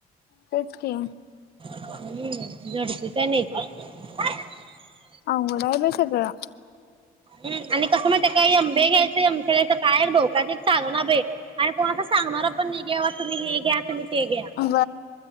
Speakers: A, on the left; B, on the right.
A: तेच की
B: <inaudible> <unintelligible>
A: अवघड हाय बाय सगळा
B: हम आणि कसं माहीत का एमबीएम घायच एम सी एघायच काय डोका तेच चालना बाई आणि कोण अस सांगणार पण नाही की बाबा तुम्ही हे घ्या तुम्ही ते घ्या
A: ब